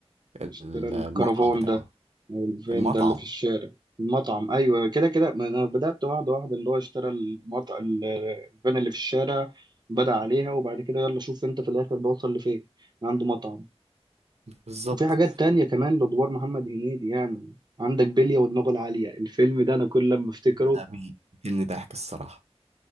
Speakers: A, on the right; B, on the right.
A: ال-
B: اشترى الكرفان
A: المطعم بتاعه
B: ده أو الفان
A: المطعم
B: ده اللي في الشارع المطعم أيوة كده كده ما أنا بدأت واحدة واحدة اللي هو اشترى المطعم الفان اللي في الشارع بدأ عليها وبعد كده يلا شوف أنت في الآخر بوصل لفين عنده مطعم
A: بالظبط
B: وفي حاجات تانية كمان لأدوار محمد هنيدي يعني عندك بلية ودماغه العالية الفيلم ده أنا كل لما أفتكره
A: الفيلم ده بيقتلني ضحك الصراحة